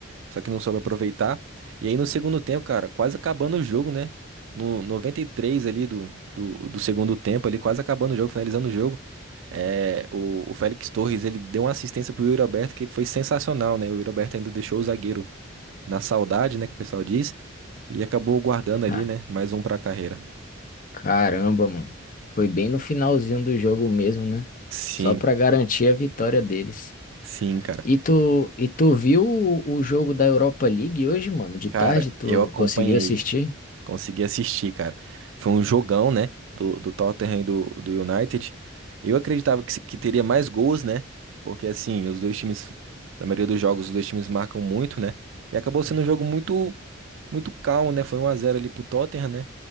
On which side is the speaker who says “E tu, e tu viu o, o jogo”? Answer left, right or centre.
Left